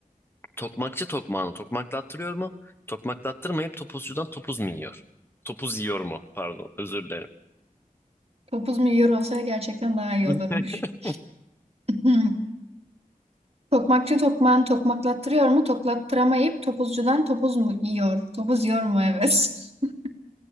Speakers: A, on the left; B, on the right.
A: Tokmakçı tokmağını tokmaklattırıyor mu? Tokmaklattırmayıp topuzcudan topuz mu yiyor? Topuz yiyor mu? Pardon, özür dilerim.
B: Topuz milyon olsa gerçekten daha iyi
A: <laughs>
B: olurmuş. <laughs> Tokmakçı tokmağını tokmaklattırıyor mu? Toklattıramayıp topuzcudan topuz mu yiyor? Topuz yiyor mu? Evet. <laughs>